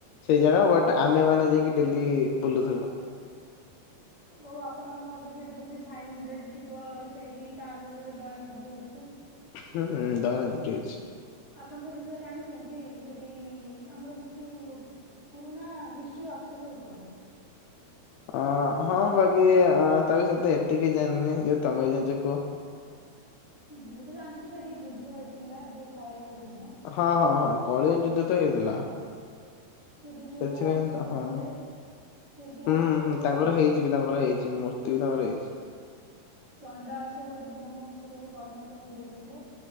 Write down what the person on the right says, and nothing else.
ଆଉ ଆପଣଙ୍କ ଘର ପାଖରେ ଯୋଉ ଗୋଟେ ସାଇ ମନ୍ଦିର ଟି ଥିବ ସେଇ ଠି ତା ଆଗକୁ ଗୋଟେ ଦୟାାନଦୀ ଅଛି।
ଆପଣ ସେ ବିଷୟରେ ଜାଣିଛନ୍ତି ସେଠି ଆମର କିଛି ପୁରୁଣା ହିଷ୍ଟ୍ରୀ ଅଛି ସେ ଉପରେ
ମୁଁ ତ ଜାଣିଛିି ସେଠି ଯୁଦ୍ଧ ହେଇଥିଲା ଯୋଉ କଳିଙ୍ଗ ଯୁ
ସେଠି ଯୋଉ
ଅଶୋକ
ଥିଲେ ସେଇଠି
ଅଶୋକ
ଯୋଉ
ଚଣ୍ଡା ଆଶୋକ ରୁ ଧର୍ମ ଅଶୋକରେ ପରିଣତ ହେଇଯାଇଥିଲେ।